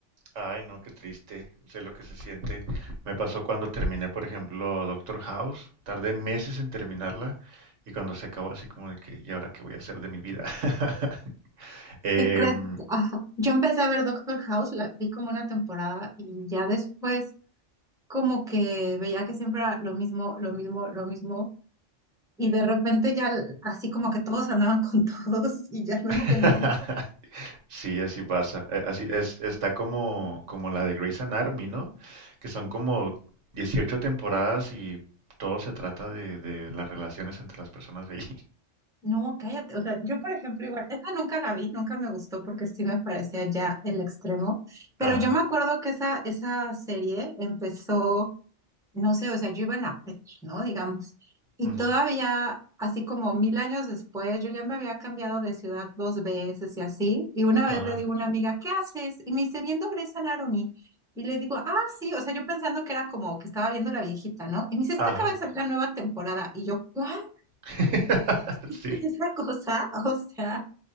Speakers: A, on the right; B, in the centre.
A: Ay, no, qué triste. Sé lo que se siente. Me pasó cuando terminé, por ejemplo, Doctor House. Tardé meses en terminarla y cuando se acabó así como de que, ¿y ahora qué voy a hacer de mi vida? <laughs> Em,
B: ¿Qué crees? Ajá. Yo empecé a ver Doctor House, la vi como una temporada y ya después como que veía que siempre era lo mismo, lo mismo, lo mismo y de repente ya l- así como que todos andaban con <laughs> todos y ya lo
A: <laughs>
B: entendí
A: sí, así pasa. Eh, Así es, está como, como la de Grey's Anatomy, ¿no? Que son como 18 temporadas y todo se trata de, de las relaciones entre las personas de ahí.
B: No, cállate. O sea, yo, por ejemplo, igual, esa nunca la vi, nunca me gustó porque sí me parecía ya el extremo. Pero
A: Ajá,
B: yo me acuerdo que esa, esa serie empezó, no sé, o sea, yo iba en la prepa, ¿no? Digamos. Y
A: ujú,
B: todavía, así como mil años después, yo ya me había cambiado de ciudad dos veces y así. Y una vez
A: ajá,
B: le digo a una amiga, ¿qué haces? Y me dice, viendo Grey's Anatomy. Y le digo, ah, sí, o sea, yo pensando que era como que estaba viendo la viejita, ¿no? Y me dice, es
A: ajá.
B: que acaba de salir la nueva temporada. Y yo, ¿cuál?
A: <laughs>
B: <laughs>
A: Sí,
B: esa cosa, o sea,